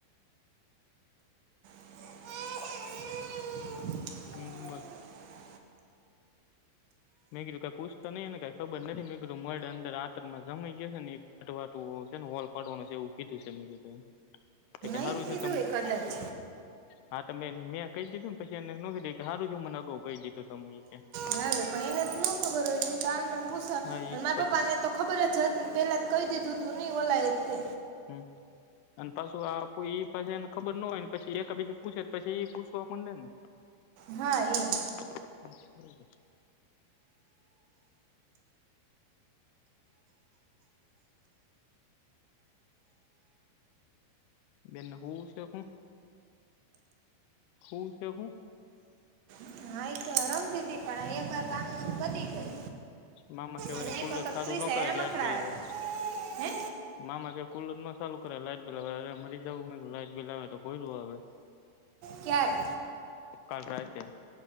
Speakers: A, on the right; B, on the left.
A: હમણાં
B: હમ્મ <unintelligible> મેગરું કઈ પૂછતો નં ને કઈ ખબર નથી મેર મડ અંદર આંતર માં જમાઈ ગયા છે ને. વાટ વાટવું છે ને વોલ પાડવાનું છે એવું કીધું છે મેં કીધુ <unintelligible> તો કે સારું
A: એ જ કીધું
B: છે તમ
A: એ કદાચ
B: હા ત મેં કહી દીધું ને પછ એને નો દી કે સારું જો મને અગાઉ કહી દીધું તમે- -
A: હ પણ એને ન ખબર હોય ત કામ પૂછ
B: હા ઈ
A: મારા
B: પાછું
A: પપ્પા ને- - તો ખબર જ હતી પેલા કહી દીધું તું નઈ ઓલાય તે.
B: હમ અને પાછું આપ ઈ પાછીને ખબર ના હોય ને પછી એકાબીજું પૂછે પછી એઈ પૂછવા પણ દે ને.
A: હા એમ.
B: <inaudible> બેન ને હું છે હું હું છે હું.
A: <unintelligible> પણ દીધી પણ એક વાર કામ વધી ગઈ.
B: મામા કેવારી
A: અને એક
B: કુલર
A: વખત
B: ચારુ
A: ક્રિસ
B: ન
A: હેરા
B: કરે લાઈટ
A: મકડાય
B: બિલ આવે.
A: હે
B: મામા કે કુલ જ ન ચાલુ કરે લાઈટ બિલ આવે અરે મરી જું લાઈટ બિલ આવે તો કોઈયું હવે.
A: ક્યારે?
B: કાલ રાતે.